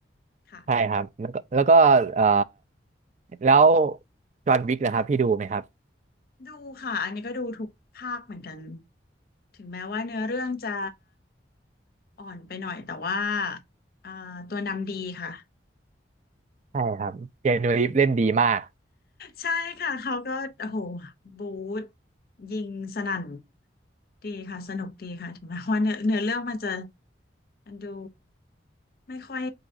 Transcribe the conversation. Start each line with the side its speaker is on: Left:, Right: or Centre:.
Left: ค่ะ
Right: ใช่ครับแล้วก็แล้วก็เอ่อแล้วจอห์นวิกนะครับพี่ดูไหมครับ
Left: ดูค่ะอันนี้ก็ดูทุกภาคเหมือนกันถึงแม้ว่าเนื้อเรื่องจะอ่อนไปหน่อยแต่ว่าอ่าตัวนำดีค่ะ
Right: ใช่ครับเจนนูรีฟเล่นดีมาก
Left: ใช่ค่ะเขาก็โอ้โหบูทยิงสนั่นดีค่ะสนุกดีค่ะถึงแม้ว่าเนื้อเนื้อเรื่องมันจะมันดูไม่ค่อย